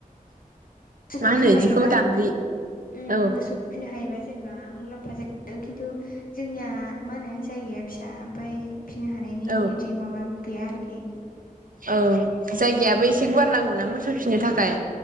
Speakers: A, on the left; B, on the right.
A: सौखौ
B: मा होनो
A: फिसिनो
B: इदिखौ
A: हायोबा
B: दामब्रि
A: उम
B: औ
A: मोसौ फिनो हायोबा जेनेबा मुलाम्फा जायो खिन्थु जोंनिया मा होनो जायगाया फिसा ओमफाय फिनो हानायनि
B: औ
A: इदि माबा गैया आरोखि।
B: औ जायगायाबो
A: उम
B: एसे गुवार नांगौना मोसौ फिनो थाखाय